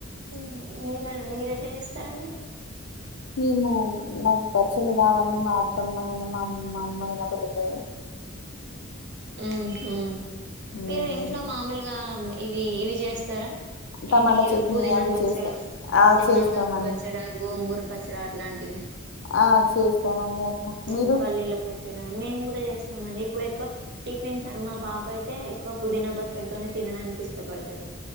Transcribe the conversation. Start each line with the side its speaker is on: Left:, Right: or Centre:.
Right: మ్ మీర మీరు ఎట్లా చేస్తారండి
Left: మేము నాకు పచ్చలు రావడి మా అత్తమ్మయినా మా అమ్మాయినా పెడితే
Right: మ్ హుమ్
Left: మ్మ్.
Right: మీరు ఇంట్లో మామూలుగా ఇవీ ఇవి చేస్తారా
Left: టమాటా
Right: ఏంటి
Left: చట్నీ
Right: పుదీనా
Left: అవి
Right: పచ్చడా
Left: చేస్తా ఆ
Right: చెన్నంగాకు
Left: చేస్తామండి
Right: పచ్చడా గోంగూర పచ్చడా అట్లాంటివి
Left: ఆ చేస్తామండి అట్లా
Right: వం
Left: మీరు
Right: పల్లీల పచ్చడా మేమ్ కూడా చేస్తామండి ఇప్పుడు ఎక్కువ టిఫిన్స్ అన్ మా పాపైతే ఎక్కువ పుదీనా పచ్చడతోనే తినడానికి ఇష్టం అయితే